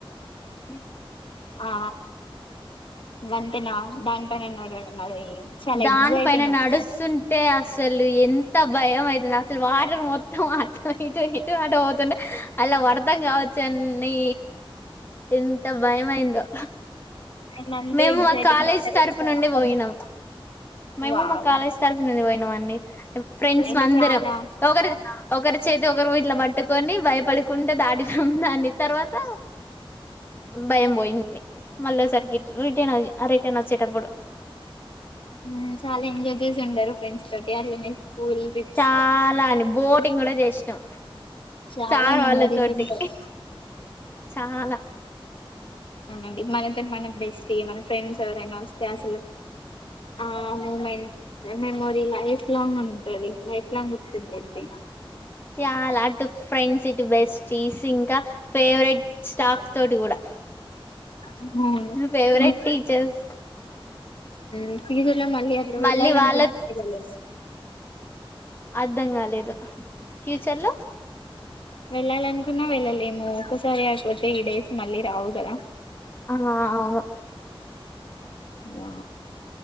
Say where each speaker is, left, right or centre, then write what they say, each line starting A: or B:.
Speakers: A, on the left; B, on the left.
A: ఇ
B: ఆ వంతేనా దానిపైన నడవడం అది చాలా
A: దాని
B: ఎగ్జైటింగ్
A: పైన నడుస్తుంటే
B: ఉంటుంది
A: అసలు ఎంత భయం అయితది అసలు వాటర్ మొత్తం అ అటు ఇటు ఇటు ఆటు పోతుండే అళ్ళ వడతం కావచ్చు అని నీ ఎంత భయమైందో
B: అండ్ అంతే
A: మేము
B: ఎగ్జైటింగ్
A: మా కాలేజ్
B: ఉంటది
A: తరపు
B: చాలా
A: నుండి పోయినాం మేము
B: వావ్
A: మా కాలేజ్ తరపునుండి పోయినం అండి ఫ్రెండ్స్
B: సో ఇంకా
A: అందరం
B: చాలా
A: ఒకరి ఒకరి చేతి ఒకరు ఓయి ఇట్ల పట్టుకొని భయపడుకుంట దాటినం దాని తర్వాత భయం పోయిన్ ఉంది మళ్ళసరికి రిటర్న్ రిటర్న్ వచ్చేటప్పుడు
B: ఊ చాలా ఎంజాయ్ చేసి ఉండారు ఫ్రెండ్స్ తోటి అట్లనే స్కూల్ ట్రిప్స్
A: చాలా అని బోటింగ్ కూడా చేసినం
B: చాలా
A: చార్
B: మెమోరీస్
A: వాళ్ళ తోటి
B: ఉంటాయి
A: చాలా
B: అవునండి మనతో మన బెస్టీ మన ఫ్రెండ్స్ ఎవరైనా వస్తే అసలు ఆ మూమెంట్ మెమోరీ లైఫ్ లాంగ్ ఉంటది లైఫ్ లాంగ్ గుర్తుంటుది
A: చాలా అటు ఫ్రెండ్స్ ఇట్ బెస్టీస్ ఇంకా ఫేవరెట్ స్టాఫ్ తోటి కూడా
B: అవును
A: ఫేవరెట్
B: ఊ
A: టీచర్స్
B: ఊ ఫ్యూచర్ ల మళ్ళీ అట్ల
A: మళ్ళీ
B: వెళ్లలనుకున్నా
A: వాళ్ళ
B: వెళ్లలేమ్
A: అర్ధం కాలేదు ఫ్యూచర్ లో
B: వెళ్ళాలనుకున్నా వెళ్ళలేము ఒక్కసారి అయిపోతే ఈ డేస్ మళ్ళీ రావు కదా
A: హా అవు
B: యా